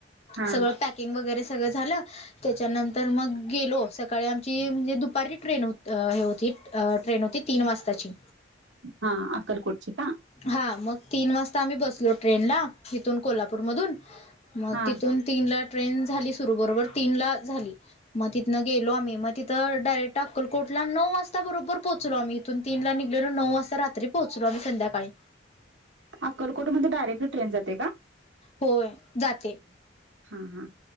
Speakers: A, on the right (about 75°); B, on the left (about 35°).
A: हा
B: सगळं पॅक पॅकिंग वगैरे सगळं झालं त्याच्यानंतर मग गेलो सकाळी आमची म्हणजे दुपारी ट्रेन हो अ हे होती ट्रेन होती तीन वाजताची.
A: हा अकल्लकोटची का?
B: हा मग तीन वाजता आम्ही बसलो ट्रेनला तिथून कोल्हापूरमधून मग
A: हा
B: तिथून तीनला ट्रेन झाली सुरू बरोबर तीनला झाली. मग तिथंन गेलो आम्ही मग तिथ डायरेक्ट अक्कलकोटला नऊ वाजता बरोबर पोहोचलो आम्ही. तिथून तीन ला निघलेलो नऊ वाजता रात्री पोहचलो आम्ही संध्याकाळी.
A: अक्कलकोट मध्ये डायरेक्ट ट्रेन जाते का?
B: होय जाते.
A: हा हा.